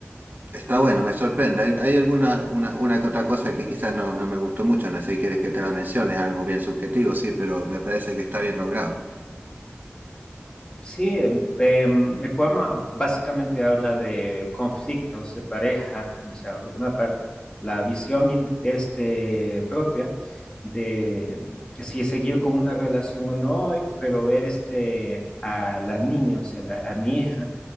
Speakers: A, on the right; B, on the left.
A: Está bueno, me sorprende. Hay, hay alguna una, una que otra cosa que quizás no, no me gustó mucho, no sé si quieres que te la mencione, es algo bien subjetivo, sí, pero me parece que está bien logrado.
B: Sí, em, em, mi poema básicamente habla de conflictos de pareja, o sea, una pa- la visión in- este, propia de em, si seguir con una relación o no, pero ver este, a la niña, o sea, la- a mi hija,